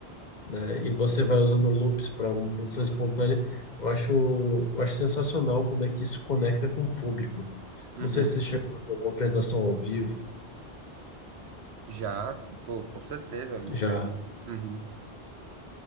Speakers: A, on the left; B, on the right.
A: né? E você vai usando loops para uma produção espontânea. Eu acho, eu acho sensacional como é que isso conecta com o público.
B: Uhum.
A: Não sei se você chegou a ver alguma apresentação ao vivo
B: Já, pô, com certeza,
A: já.
B: mas uhum.